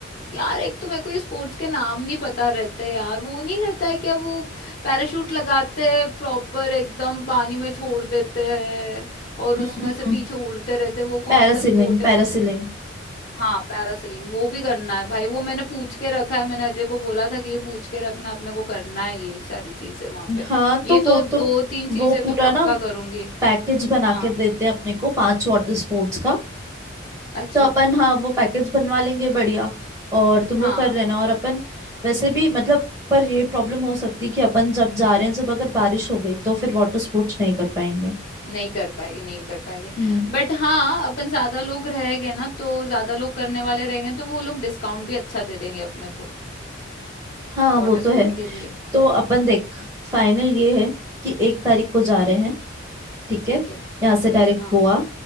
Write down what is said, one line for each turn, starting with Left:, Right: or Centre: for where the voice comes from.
Left: यार एक तो मेरे को ये स्पोर्ट्स के नाम नहीं पता रहते यार वो नहीं रहता है क्या वो पैराशूट लगाते हैं प्रॉपर एकदम पानी में छोड़ देते हैं और
Right: हम्म
Left: उसमें
Right: हम्म
Left: से पीछे उड़ते रहते हैं, वो
Right: Parasailing
Left: कौन सा स्पोर्ट है
Right: parasailing
Left: मुझे हाँ पैरासेलिंग वो भी करना है भाई वो मैंने पूछ के रखा है मैंने अजय को बोला था कि ये पूछ के रखना अपने को करना है ये सारी चीजें वहां पे
Right: हाँ
Left: ये
Right: तो वो
Left: तो
Right: तो
Left: दो तीन चीजें
Right: वो पूरा
Left: तो पक्का
Right: ना
Left: करूंगी
Right: पैकेज बना
Left: हाँ
Right: के देते हैं अपने को पांच वाटर स्पोर्ट्स का
Left: अच्छा
Right: तो अपन हाँ वो पैकेज बनवा लेंगे बढ़िया और तुम लोग
Left: हाँ
Right: कर लेना और अपन वैसे भी मतलब पर ये प्रॉब्लम हो सकती है कि अपन जब जा रहे हैं जब अगर बारिश हो गई तो फिर वाटर स्पोर्ट्स नहीं कर पाएंगे
Left: नहीं कर पाएंगे नहीं कर पाएंगे
Right: हम्म
Left: बट हाँ अपन ज्यादा लोग रहेंगे ना तो ज्यादा लोग करने वाले रहेंगे तो वो लोग डिस्काउंट भी अच्छा दे देंगे अपने को
Right: हाँ
Left: वाटर
Right: वो तो
Left: स्पोर्ट
Right: है
Left: के लिए
Right: तो अपन देख फाइनल ये है कि एक तारीख को जा रहे हैं ठीक
Left: ठीक
Right: है
Left: है
Right: यहाँ से डायरेक्ट
Left: हाँ
Right: गोवा